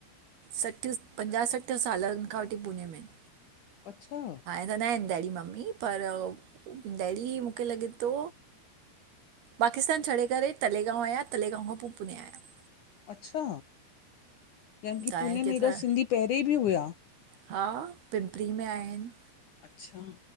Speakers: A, on the right; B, on the left.
A: सठि पंजाह सठि सालनि खां वठी पुणे में आहिनि।
B: अच्छा।
A: रहंदा आहिनि डैडी मम्मी, पर डैडी मूंखे लॻे थो पाकिस्तान छॾे करे तलेगांव आहियांव तलेगांव खां पोइ पुने आहियां।
B: अच्छा, यानी की
A: तव्हांजे
B: पुने
A: केतिरा
B: में एॾा सिंधी पहिरियोें बि हुआ।
A: हा, पिंपरी में आहिनि।
B: अच्छा,